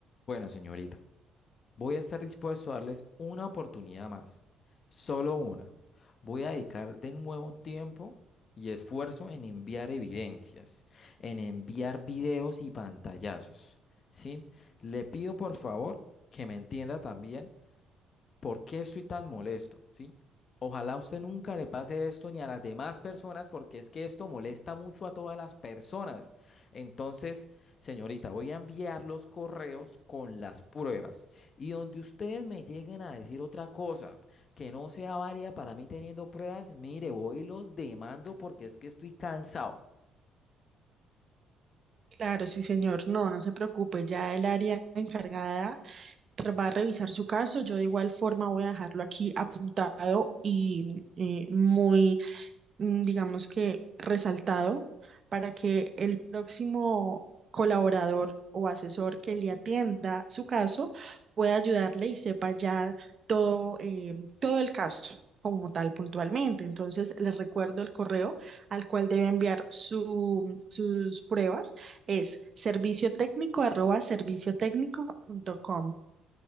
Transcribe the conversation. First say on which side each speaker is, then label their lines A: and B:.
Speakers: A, on the left (about 45°); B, on the right (about 45°).
A: Bueno, señorita. Voy a estar dispuesto a darles una oportunidad más, solo una. Voy a dedicar de nuevo tiempo y esfuerzo en enviar evidencias, en enviar videos y pantallazos, ¿sí? Le pido por favor que me entienda también ¿Por qué estoy tan molesto? ¿Sí? Ojalá a usted nunca le pase esto ni a las demás personas porque es que esto molesta mucho a todas las personas. Entonces, señorita, voy a enviar los correos con las pruebas y donde ustedes me lleguen a decir otra cosa que no sea válida para mí teniendo pruebas, mire, voy y los demando porque es que estoy cansado.
B: Claro, sí, señor. No, no se preocupe. Ya el área encargada va a revisar su caso. Yo de igual forma voy a dejarlo aquí apuntado y eh, muy, mm, digamos que resaltado para que el próximo colaborador o asesor que le atienda su caso pueda ayudarle y sepa ya todo, eh, todo el caso como tal puntualmente. Entonces, les recuerdo el correo al cual debe enviar su- sus pruebas. Es servicio técnico arroba servicio técnico serviciotecnico.com.